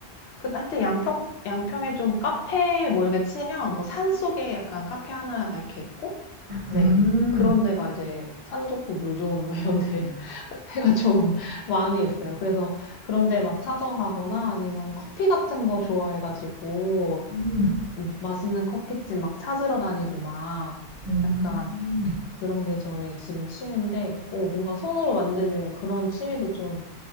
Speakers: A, on the left; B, on the right.
A: 그, 하여튼 양평, 양평에 좀 카페 뭐 이렇게 치면, 뭐 산 속에 약간 카페 하나 막 이렇게 있고, 네.
B: 음,
A: 그런 데가 이제 산 좋고 물 좋은 막 이런 데 <laughs> 카페가 좀 <laughs> 많이 있어요. 그래서 그런 데 막 찾아가거나 아니면 커피 같은 거 좋아해가지고,
B: 음,
A: 음, 맛있는 커피집 막 찾으러 다니고 막,
B: 음.
A: 약간 그런 게 저의 지금 취미인데, 오, 뭔가 손으로 만드는 그런 취미도 좀